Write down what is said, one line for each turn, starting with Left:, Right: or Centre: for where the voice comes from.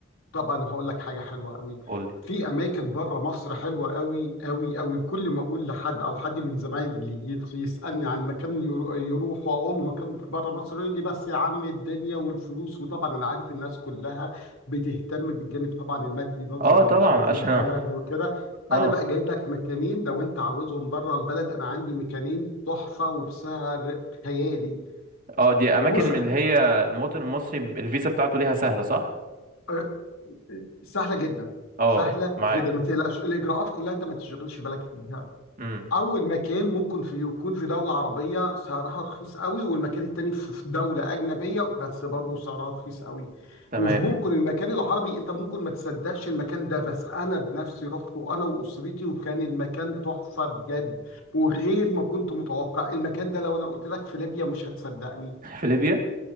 Left: طب انا هقول لك حاجه حلوه قوي
Right: قول لي
Left: في اماكن بره مصر حلوه قوي قوي قوي كل ما اقول لحد او حد من زمايلي يت- يسالني عن مكان يرو- يروح واقول له مكان بره مصر يقول لي بس يا عم الدنيا والفلوس وطبعا انا عارف الناس كلها بتهتم بالجانب طبعا المادي نظرا
Right: اه طبعا
Left: لظروف
Right: عشان
Left: البلد وكده
Right: <laughs> اه
Left: انا بقى جايب لك مكانين لو انت عاوزهم بره البلد انا عندي مكانين تحفه وبسعر خيالي
Right: اه دي اماكن
Left: وف...
Right: من اللي هي المواطن المصري الفيزا بتاعته ليها سهلة صح
Left: آه، سهله جدا
Right: اه
Left: سهله
Right: معاك
Left: جدا ما تقلقش الاجراءات كلها انت ما تشغلش بالك بيها
Right: امم
Left: اول مكان ممكن في يكون في دوله عربيه سعرها رخيص قوي والمكان التاني في في دوله اجنبيه بس برضه سعرها رخيص قوي
Right: تمام
Left: وممكن المكان العربي انت ممكن ما تصدقش المكان ده بس انا بنفسي رحت وانا واسرتي وكان المكان تحفه بجد وغير ما كنت متوقع المكان ده لو انا قلت لك في ليبيا مش هتصدقني
Right: <laughs> في ليبيا